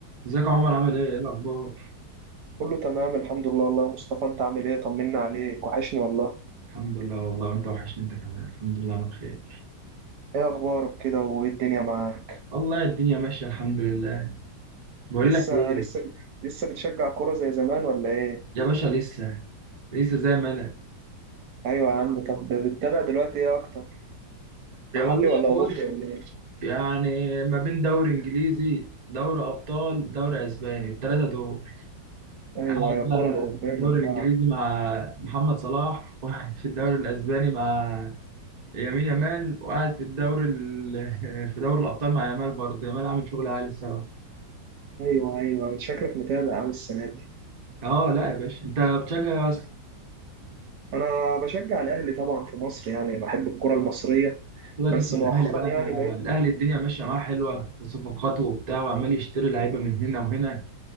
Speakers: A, on the right; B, on the right.
A: ازيك يا عمر عامل ايه؟ ايه الاخبار؟
B: كله تمام الحمد لله والله يا مصطفى انت عامل ايه طمنا عليك وحشني والله
A: الحمد لله والله وانت وحشني انت كمان الحمد لله انا بخير
B: ايه اخبارك كده وايه الدنيا معاك
A: والله الدنيا ماشيه الحمد لله بقول
B: لسه
A: لك ايه
B: لسه لسه بتشجع كرة زي زمان ولا ايه
A: يا باشا لسه لسه زي ما انا
B: ايوه يا عم طب بتتابع دلوقتي ايه اكتر
A: يا
B: محلي
A: والله
B: ولا اوروبي
A: بص
B: ولا ايه
A: يعني ما بين دوري انجليزي دوري ابطال دوري اسباني الثلاثه دول
B: ايوه
A: قاعد
B: ايوه
A: بقى
B: الكرة الاوروبية
A: في الدوري
B: من
A: الانجليزي
B: بعض
A: مع محمد صلاح وقاعد في الدوري الاسباني مع يمين يامال وقاعد في الدوري ال- <laughs> في دوري الابطال مع يامال برضه يامال عامل شغل عالي الصراحه
B: ايوه ايوه من شكلك متابع قوي السنة دي
A: اه لا يا باشا انت بتشجع
B: انا بشجع الاهلي طبعا في مصر يعني بحب الكرة المصرية
A: سيبك
B: بس
A: انت من
B: مؤخرا
A: الاهلي بقى
B: يعني
A: ده
B: بقيت
A: الاهلي الدنيا ماشيه معاه حلوه وصفقاته وبتاع وعمال يشتري لعيبه من هنا وهنا